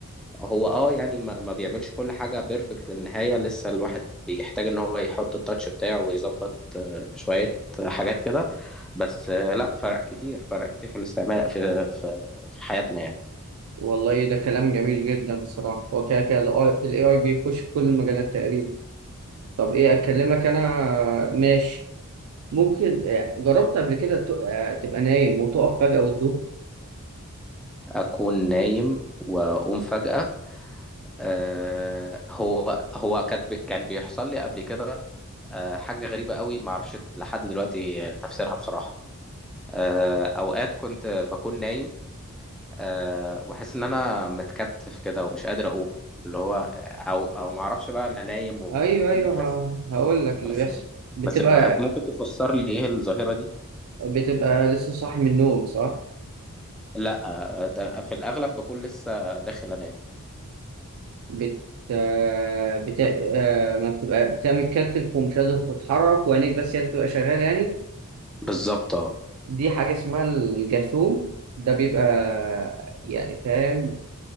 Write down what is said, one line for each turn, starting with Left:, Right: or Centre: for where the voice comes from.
Centre: هو اه يعني ما, ما بيعملش كل حاجة بيرفكت للنهاية لسه الواحد بيحتاج إن هو يحط التاتش بتاعه ويظبط آه، شوية حاجات كده بس آه، لأ فرق كتير فرق كتير في الاستعمال في في, في حياتنا يعني
Right: والله ده كلام جميل جدا الصراحه هو كده كده الاي اي بيخش في كل المجالات تقريبا طب ايه اكلمك انا ماشي ممكن آه، جربت قبل كده ت- آه، تبقى نايم وتقف فجاه وتدوخ
Centre: اكون نايم واقوم فجأة آه هو هو كان بي- كان بيحصل لي قبل كده آه حاجة غريبة قوي ما اعرفش لحد دلوقتي تفسيرها بصراحة آه اوقات كنت بكون نايم آه واحس ان انا متكتف كده ومش قادر اقوم اللي هو او او ما اعرفش بقى انا نايم و...
Right: ايوه ايوه
Centre: بس
Right: هقول لك اللي
Centre: بس
Right: بيحصل بتبقى
Centre: بس ممكن تفسر لي ايه الظاهرة دي
Right: بتبقى لسه صاحي من النوم صح
Centre: لا آه، في الاغلب بكون لسه داخل انام
Right: بت آه، بت آه، ما بتبقى بتبقى متكتف ومش قادر تتحرك وعينيك بس هي اللي بتبقى شغاله يعني
Centre: بالظبط اه
Right: دي حاجه اسمها الجاثوم ده بيبقى يعني فاهم